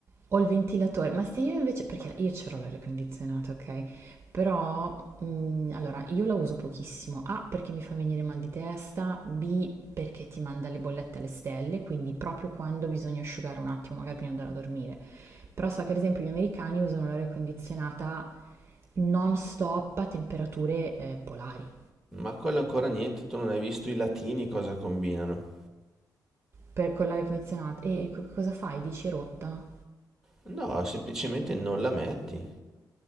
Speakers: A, on the right; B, in the centre.
A: Ho il ventilatore, ma se io invece, perché io c'ho l'aria condizionata, ok? Però, mm, allora, io la uso pochissimo. A, perché mi fa venire mal di testa, B, perché ti manda le bollette alle stelle, quindi proprio quando bisogna asciugare un attimo, magari prima di andare a dormire. Però so che ad esempio gli americani usano l'aria condizionata non stop a temperature eh, polari.
B: Ma quello ancora niente, tu non hai visto i latini cosa combinano.
A: Per con l'aria condizionata. E e co- cosa fai? Dici è rotta?
B: No, semplicemente non la metti.